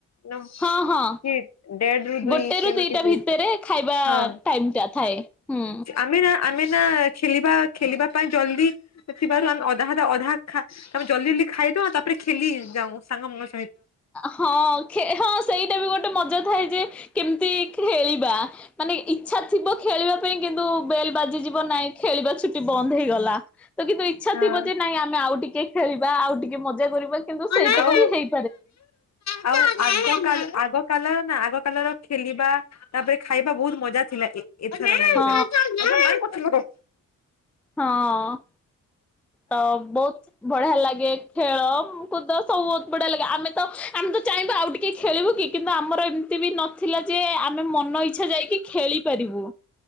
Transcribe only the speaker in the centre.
ହଁ ହଁ।
ଗୋଟେ
ରୁ
ଦିଟା
ଭିତରେ ଖାଇବା
ଟାଇମ ଟା ଥାଏ ହୁଁ
ହଁ ହଁ ସେଇଟା ବି ଗୋ ଗୋଟେ ମଜା ଥାଏ ଯେ କେମିତି ଖେଳିବା। ମାନେ ଇଚ୍ଛା ଥିବ ଖେଳିବା ପାଇଁ କିନ୍ତୁ ବେଲ୍ ବାଜିଯିବ ନାଇଁ ଖେଳିବା ଛୁଟି ବନ୍ଦ ବନ୍ଦ ହେଇଗଲା। ତନ୍ତୁ ଇଚ୍ଛା ଥିବ
ଯେ ନାଇଁ ଆମେ ଆଉ ଟିକେଳିବା ଆଉ ଟିକେ ମଜା କରିବା କିନ୍ତୁ
ସେଇତକ ବି ହେଇ
ହଁ ହଁ <inaudible> ତ ବହୁତ ବଢିଆ ଲାଗେ। ଖେଳ କୁଦ ସବୁ ବହୁତ ବଢିଆ ଲାଗେ। ଆମେ ତ ଆମେ ତ ଚାହିଁବା ଆଉ ଟିକେ କି ଖେଳିବୁ କି କିନ୍ତୁ ଆମର ଏମିତି ବି ନଥିଲା ଯେ ଆମେ ମନ ଇଚ୍ଛା ଯାଇକି ଖେଳି ପାରିବୁ।